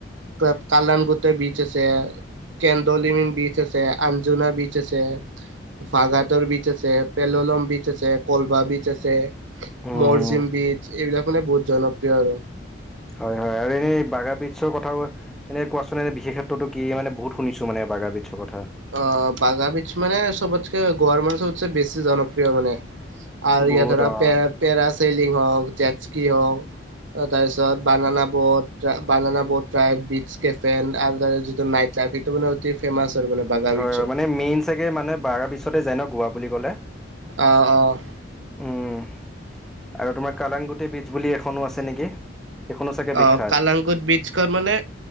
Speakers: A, on the right; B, in the centre.
A: ত কালান গুটে বীজচ আছে, কেন্দলিমিন বীজচ আছে আ জুনা বিচ আছে। বাগাতৰ বীজচ আছে পেললম বীজচ আছে কলভা বীজচ আছে।
B: উম উম
A: মৰজিম বীজছ এইবিলাক মানে বহুত জনপ্ৰিয় আৰু।
B: হয় হয় আৰু এনেই বাগা বীজছৰ কথায়ো এনেই কোৱাচোন এনে বিশেষ কেত্ৰতো কি মানে বহুত শুনিছোঁ মানে বাগা বিজছৰ কথা।
A: অঁ বাগাবীজছ মানে চবতকে গৱাৰ মানুহতচে বেছি জনপ্ৰিয় মানে। আৰু
B: বহুত
A: ইয়াত ধৰা
B: অ
A: পেৰ পেৰা চেলিং হওঁক, জেডকী হওঁক। তাৰপিছত banana boat, banana boat right, beaches কেফেন আৰু তাৰে যিটো নাইট পাৰ্টিটো মানে অতি ফেমাছ আৰু। বাগা
B: হয়
A: বিচৰ
B: হয় মানে মেইন চাগে মানে বাগা বীজছতে যায় ন গোৱা বুলি কলে।
A: অঁ অ।
B: উম, ‌ আৰু তোমাৰ কালাংগুটি বীজ বুলি এখনো আছে নেকি। সেইখনো চাগে বিখ্যাত
A: অ কালং বিজ মানে